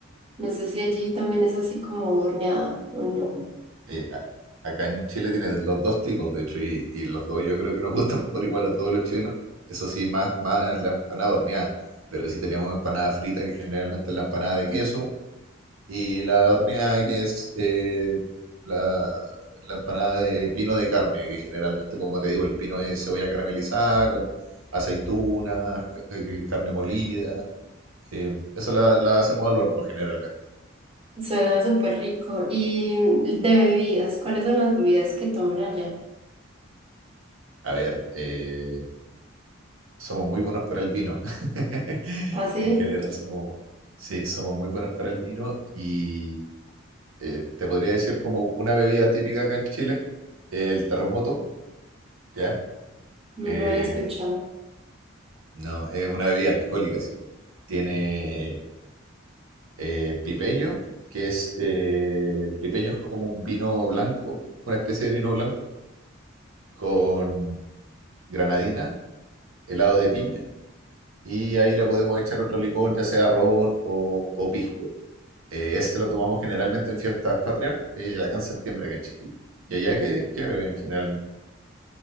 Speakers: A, on the right; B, on the right.
A: No sé si allí también es así como horneada o no.
B: eh, a- acá en Chile tienen los dos tipos, de hecho, y, y los dos yo creo que nos gustan por igual a todos los chilenos. Eso sí, más, más la empanada horneada, pero sí tenemos empanada frita, que generalmente es la empanada de queso, y la horneada, que es eh, la, la empanada de pino de carne, que generalmente, como te digo, el pino es cebolla caramelizada con aceitunas, ca- eh, carne molida. eh, esa la, la hacemos al horno generalmente.
A: Suena súper rico. Y de bebidas, ¿cuáles son las bebidas que toman allá?
B: A ver, eh, somos muy buenos para el vino. <laughs>
A: Así,
B: En general somos, sí, somos muy buenos para el vino y eh, te podría decir como una bebida típica acá en Chile, el terremoto, ¿ya?
A: no
B: Eh,
A: lo había escuchado.
B: no, es una bebida alcohólica, sí. Tiene eh, pipeño, que es, eh, el pipeño es como un vino blanco, una especie de vino blanco, con granadina, helado de piña, y ahí le podemos echar otro licor, ya sea ron o, o pisco. Eh, ese lo tomamos generalmente en fiestas patrias, eh, acá en septiembre, acá en Chile. ¿Y allá qué, qué beben generalmente?